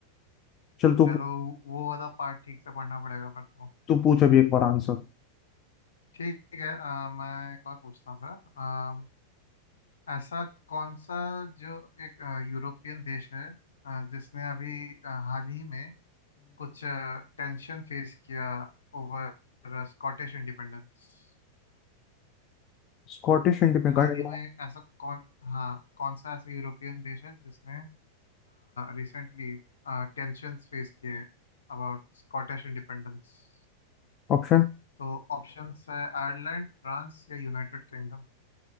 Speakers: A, on the left (about 35°); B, on the left (about 70°).
A: चल तू
B: चलो वो वाला पार्ट ठीक से पढ़ना पड़ेगा पर तो
A: तू पूछ अभी एक बार answer
B: ठीक है अ, मैं एक और पूछता हूँ फिर ऐसा कौन सा जो एक अ, यूरोपियन देश है अ, जिसने अभी अ, हाल ही में कुछ अ, टेंशन फेस किया ओवर स्कॉटिश इंडिपेंडेंस
A: Scottish independent
B: हाल ही में ऐसा कौन हाँ कौन सा ऐसा यूरोपियन देश है जिसने रिसेंटली टेंशन्स फेस किए अबाउट स्कॉटिश इंडिपेंडेंस
A: option
B: तो ऑप्शंस है आयरलैंड फ्रांस या यूनाइटेड किंगडम